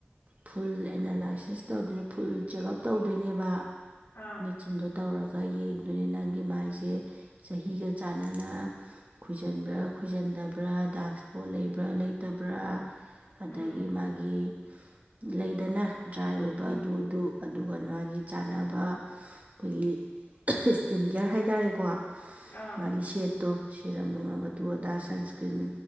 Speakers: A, on the right; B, on the left.
A: ꯐꯨꯜ ꯑꯦꯅꯂꯥꯏꯁꯤꯁ ꯇꯧꯗꯣꯏꯅꯦ ꯐꯨꯜ ꯆꯦꯛꯑꯞ ꯇꯧꯗꯣꯏꯅꯦꯕ
B: ꯑꯥ
A: ꯆꯤꯟꯗꯣ ꯇꯧꯔꯒ ꯌꯦꯡꯗꯣꯏꯅꯤ ꯅꯪꯒꯤ ꯃꯥꯏꯁꯦ ꯆꯍꯤꯒ ꯆꯥꯟꯅꯅ ꯈꯨꯏꯖꯤꯟꯕ꯭ꯔꯥ ꯈꯨꯏꯖꯤꯟꯗꯕ꯭ꯔꯥ ꯗꯥꯛ ꯁ꯭ꯄꯣꯠ ꯂꯩꯕ꯭ꯔ ꯂꯩꯇꯕ꯭ꯔ ꯑꯗꯒꯤ
B: ꯎꯝ
A: ꯃꯥꯒꯤ ꯂꯩꯗꯅ ꯗ꯭ꯔꯥꯏ ꯑꯣꯏꯕ
B: ꯎꯝ
A: ꯑꯗꯨꯗꯨ ꯑꯗꯨꯒ ꯃꯥꯒꯤ ꯆꯥꯅꯕ ꯈꯣꯏꯒꯤ ꯁ꯭ꯀꯤꯟ ꯀꯤꯌꯔ ꯍꯥꯏꯇꯥꯥꯔꯦꯀꯣ
B: ꯑꯥ
A: ꯃꯥꯒꯤ ꯁꯦꯠ ꯇꯣ ꯁꯤꯔꯝ ꯅꯨꯡꯂꯝ ꯑꯗꯨ ꯑꯗꯥ ꯁꯟꯁꯀ꯭ꯔꯤꯟ